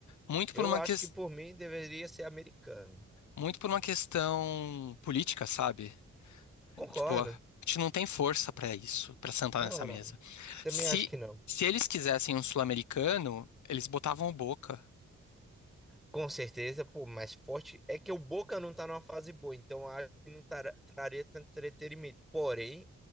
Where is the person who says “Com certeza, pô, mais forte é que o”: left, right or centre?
Centre